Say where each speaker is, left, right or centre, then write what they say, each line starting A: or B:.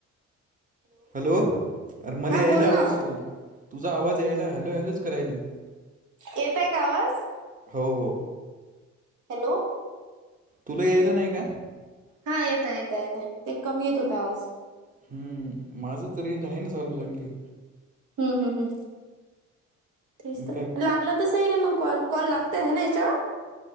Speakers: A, on the right; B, on the right.
A: हॅलो अर्मल
B: हा
A: अईला
B: बोल
A: आवाजतझ
B: ना
A: तुझा आवाज यायला हॅलो हॅलोच करायली
B: येतय का आवाज
A: हो हो
B: हॅलो
A: तुला यायला नाही का
B: हा येत येत येत आहे ते कमी येत होता आवाज
A: हम्म माझं तर रेंज आहे ना चालू चांगली
B: हम्म हम्म हम् तेच
A: मग
B: तर
A: काय
B: लागलं स रे मग कॉल कॉल लागत आहे ना याच्या